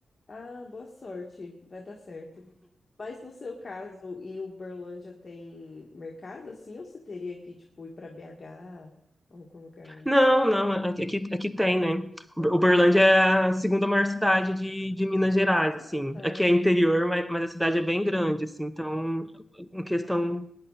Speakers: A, on the left; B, in the centre.
A: Ah, boa sorte. Vai dar certo. Mas no seu caso, em Uberlândia tem mercado assim, ou você teria que, tipo, ir para BH, algum lugar?
B: Não, não, aqui, aqui aqui tem, né?
A: Ah,
B: Uberlândia é a segunda maior cidade de, de Minas Gerais,
A: ah,
B: assim.
A: tá.
B: Aqui é interior, mas, mas a cidade é bem
A: Grande.
B: grande, assim. Então, em questão